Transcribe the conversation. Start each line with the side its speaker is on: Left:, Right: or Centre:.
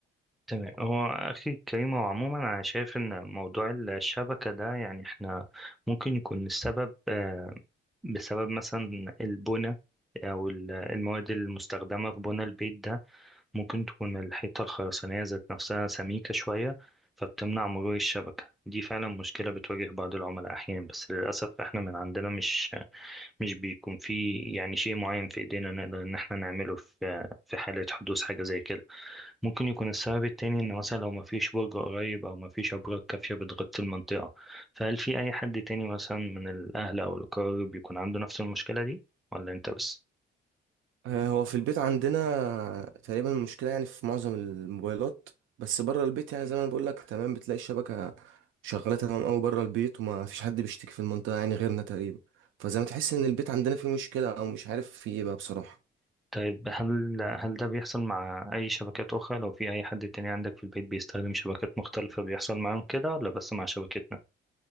Centre: تمام هو أخي كريم هو عموما أنا شايف إن موضوع الشبكة ده يعني إحنا ممكن يكون السبب آه، بسبب مثلا البنى أو ال- المواد المستخدمة في بنى البيت ده ممكن تكون الحيطة الخرسانية ذات نفسها سميكة شوية فبتمنع مرور الشبكة دي فعلا مشكلة بتواجه بعض العملاء أحيانا بس للأسف احنا من عندنا مش مش بيكون في يعني شيء معين في إيدينا نقدر إن احنا نعمله في في حالة حدوث حاجة زي كده ممكن يكون السبب التاني إن مثلا لو مفيش برج قريب أو مفيش أبراج كافية بتغطي المنطقة فهل في أي حد تاني مثلا من الأهل أو الأقارب بيكون عنده نفس المشكلة دي ولا أنت بس؟
Right: آه، هو في البيت عندنا تقريبا المشكلة يعني في معظم الموبايلات بس بره البيت يعني زي ما انا بقول لك تمام بتلاقي الشبكة شغالة تمام قوي بره البيت وما فيش حد بيشتكي في المنطقة يعني غيرنا تقريبا فزي ما تحس ان البيت عندنا فيه مشكلة او مش عارف فيه ايه بقى بصراحة
Centre: طيب هل هل ده بيحصل مع أي شبكات أخرى لو في أي حد تاني عندك في البيت بيستخدم شبكات مختلفة بيحصل معاهم كده ولا بس مع شبكتنا؟